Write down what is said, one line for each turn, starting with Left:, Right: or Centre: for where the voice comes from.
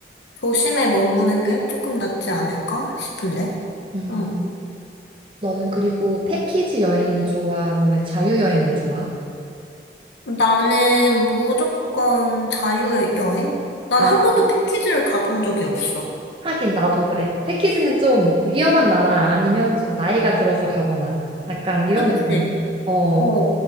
Left: 도심에 머무는 게 조금 낫지 않을까 싶은데.
Right: 음.
Left: 응.
Right: 너는 그리고 패키지 여행이 좋아? 아니면 자유 여행이 좋아?
Left: 나는 무조건 자유여행? 난
Right: 아,
Left: 한 번도 패키지를 가본 적이 없어.
Right: 하긴 나도 그래. 패키지는 좀 위험한 나라 아니면 좀 나이가 들어서 가거나 약간 이런
Left: 그치?
Right: 느낌이지. 어,
Left: 어.